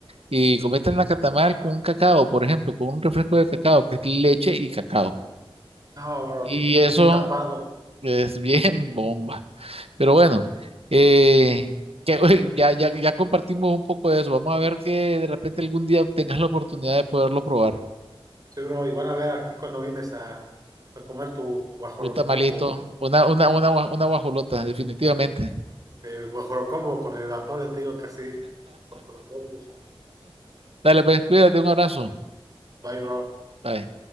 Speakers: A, on the right (about 85°); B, on the right (about 40°).
A: y cometen la catamal con un cacao, por ejemplo, con un refresco de cacao, que es leche y cacao.
B: No, bro.
A: Y
B: Bien,
A: eso
B: bien tapado.
A: es <laughs> bien bomba. Pero bueno, eh, que, <laughs> oye, ya, ya, ya compartimos un poco de eso. Vamos a ver que de repente algún día tengas la oportunidad de poderlo probar.
B: Sí, bro, y van a ver aquí cuando vienes a, a comer tu guajolocombo.
A: Un tamalito, una, una, una, gua- una guajolota, definitivamente.
B: El guajolocombo con el atole, te digo que así. Guajolocombo.
A: Dale, pues, cuídate, un abrazo.
B: Bye, bro.
A: Bye.